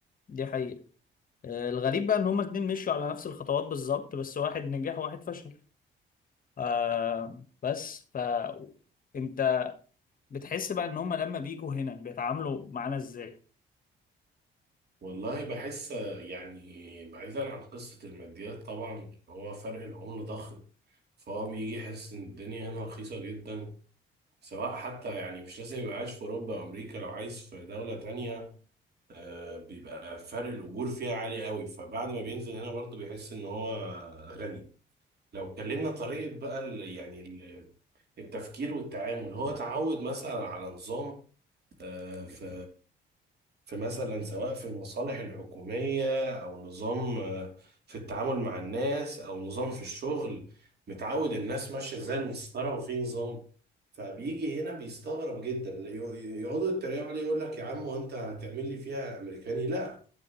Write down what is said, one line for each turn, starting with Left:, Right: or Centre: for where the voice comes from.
Left: دي حقيقة آه، الغريب بقى ان هما الاتنين مشوا على نفس الخطوات بالظبط بس واحد نجح وواحد فشل آه بس ف انت بتحس بقى ان هما لما بيجوا هنا بيتعاملوا معانا ازاي
Right: والله بحس يعني بعيدا عن قصه الماديات طبعا ان هو فرق العمله ضخم فهو بيجي يحس ان الدنيا هنا رخيصه جدا سواء حتى يعني مش لازم يبقى عايش في أوروبا أو أمريكا لو عايز في دولة تانية آه، بيبقى فرق الأجور فيها عالي قوي فبعد ما بينزل هنا برضه بيحس إن هو غني لو اتكلمنا طريقة بقى ال- يعني ال- التفكير والتعامل هو اتعود مثلا على نظام آه، في في مثلا سواء في المصالح الحكومية أو نظام آه، في التعامل مع الناس أو نظام في الشغل متعود الناس ماشية زي المسطرة وفي نظام فبيجي هنا بيستغرب جدا يق- يقعدوا يتريقوا عليه يقول لك يا عم وأنت هتعمل لي فيها أمريكاني لا